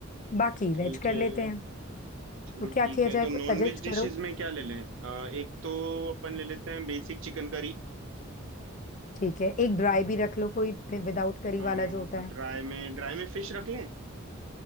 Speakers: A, on the left; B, on the right.
A: बाकी
B: ठीक
A: वेज कर
B: है
A: लेते हैं
B: चलो
A: तो क्या
B: ठीक
A: किया
B: है
A: जाए
B: तो नॉन
A: कुछ सजेस्ट
B: वेज डिशेस
A: करो
B: में क्या ले लें अ, एक तो अपन ले लेते हैं बेसिक चिकन करी
A: ठीक है एक ड्राई भी रख लो कोई विदाउट करी
B: ड्राई
A: वाला जो होता है
B: में ड्राई में फिश रख लें